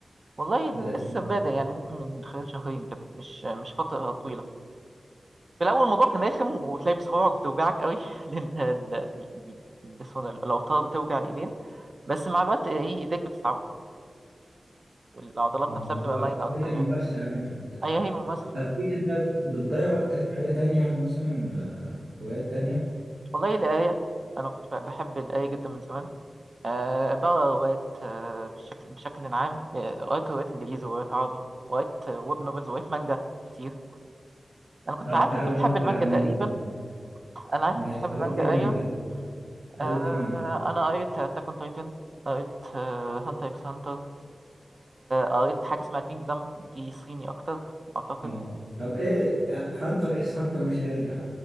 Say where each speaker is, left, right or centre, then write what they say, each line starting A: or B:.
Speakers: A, on the right; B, on the right.
A: والله
B: بدات
A: لسه
B: من-
A: بادئ يعني ممكن من خلال شهرين كده مش مش فتره طويله في الاول الموضوع كان رخم وتلاقي بصوابعك بتوجعك قوي <laughs> لان ال- ال- ال- اسمه ده، الاوتار بتوجع الايدين بس مع الوقت ايه ايديك بتتعود والعضلات
B: اه
A: نفسها
B: مع
A: بتبقى
B: الوقت
A: مرنه اكتر
B: هي الممارسه
A: يعني
B: اهم حاجه
A: أيوة هي مثلا
B: طب في انت بتضيع وقتك في حاجه تانية يعني مثلا آه، هوايات تانية
A: والله الآية أنا كنت ب- بحب الآية جدا من زمان أه بقرا روايات آه، بشكل بشكل عام آه، قريت روايات إنجليزي وروايات عربي وقريت آه، ويب نوفلز وقريت مانجا كتير أنا كنت
B: طب
A: عارف
B: تعالى
A: أنت بتحب
B: ندخل
A: المانجا
B: على المانجا
A: تقريبا
B: كده.
A: أنا عارف
B: ماشي
A: أنت بتحب
B: قريت
A: المانجا
B: ايه مانجا
A: أيوة
B: قريت
A: أه
B: إيه منك
A: أنا قريت أتاك أون تايتن قريت هانتر إكس هانتر قريت حاجة اسمها كينجدم دي صيني أكتر أعتقد
B: اه آه. طب ايه هانتر اكس هانتر مش هيرجع